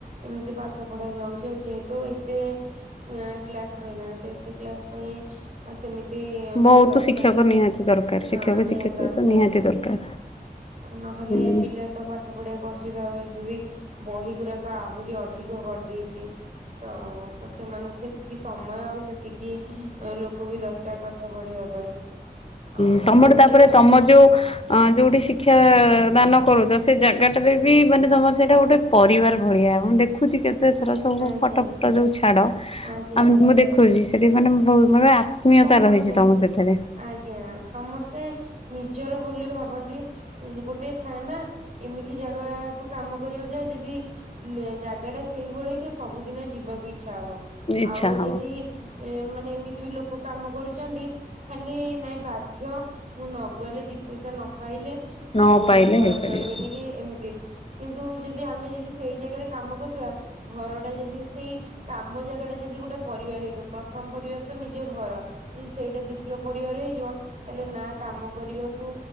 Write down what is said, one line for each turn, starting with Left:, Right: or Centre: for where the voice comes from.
Right: ଏମିତି ପାଠ ପଢା ଯାଉଛି ଯେହେତୁ ଏତେ ନା କ୍ଲାସ୍ ରହିଲାଣି ତ ଏତେ କ୍ଲାସ୍ ପାଇଁ ଆ ସେମିତି ମାନେ
Left: ବହୁତ
Right: ଦରକାର
Left: ଶିକ୍ଷକ
Right: ନା
Left: ନିହାତି ଦରକାର ଶିକ୍ଷକ
Right: ହଁ ନିହାତି
Left: ଶିକ୍ଷୟତ୍ରୀ
Right: ଦରକାର।
Left: ତ ନିହାତି ଦରକାର
Right: ଆଉ ନହେଲେ
Left: ହୁଁ।
Right: ପିଲା ତ ପାଠ ପଢିବାକୁଅସୁବିଧା ହଉ ଏବେ ବି ବହି ଗୁଡାକ ଆହୁରି ଅଧିକ କରିଦେଇଛି ତ ସେମାନଙ୍କୁ ସେତିକି ସମୟ ଆଉ ସେତିକି ଲୋକ ବି ଦରକାର ପାଠ ପଢେଇିବା ପାଇଁ। ଆଉ
Left: ହୁଁ ତମର
Right: ଯେତେ
Left: ତାପରେ ତମ ଯୋଉ ଆଁ ଯେଉଁଠି ଶିକ୍ଷା ଦାନ କରୁଛ ସେ ଜାଗାଟାରେ ବି ମାନେ ତୁମର ସେଇଟା ଗୋଟେ ପରିବାର ଭଳିଆ ମୁଁ ଦେଖ ଦେଖୁଛି କେତେ ଥର ସବୁ
Right: ଆଜ୍ଞା
Left: ଫଟୋ ଫୁଟ ଯୋଉ ଛାଡ
Right: ଆଜ୍ଞା
Left: ଆଉ
Right: ଆଜ୍ଞା
Left: ମୁଁ ଦେଖୁଛି ସେଠି ମାନେ ବହୁ ମେ ଆତ୍ମୀୟତା
Right: ସମସ୍ତେ
Left: ରହିଛି ତମ ସେଥିରେ।
Right: ଆଜ୍ଞା ସମସ୍ତେ ନିଜର ବୋଲି ଭାବନ୍ତି। ଗୋଟେ ଥାଏ ନା ଏମିତି ଜାଗାକୁ କାମ କରିଆକୁ ଯା ଯଦି ଲେ ଜାଗା ଟା ସେଇଭଳି ହେଇଥିବ ସବୁଦିନ ଯିବାକୁ ଇଛା ହବ।
Left: ଇଚ୍ଛା
Right: ଆଉ
Left: ହବ
Right: ଯଦି ମାନେ ଏମିତି ବି ଲୋକ କଉ କାମ କରୁଛନ୍ତି ଖାଲି ନାଇଁ ବାଧ୍ୟ ମୁଁ ନ ଗଲେ ଦି ପଇସା ନ ପାଇଲେ
Left: ନ
Right: ଆଉ
Left: ପାଇଲେ
Right: ମୋ ଘର
Left: ହେଇପାରିବନି
Right: ଚଳିବନି କି ଏମତି କିନ୍ତୁ ଯଦି ଆମେ ଯଦି ସେଇ ଜାଗାରେ କାମ କରୁଥିବା ଘରଟା ଯଦି ସେଇ କାମ ଜାଗା ଟା ଯଦି ଗୋଟେ ପରିବାର ହେଇଥିବ ପ୍ରଥମ ପରିବାର ତ ନି ନିଜ ଘର ଯଦି ସେଇଟା ଦ୍ଵିତୀୟ ପରିବାର ହେଇଯିବ ତାହେଲେ ନା କାମ କରିବାକୁ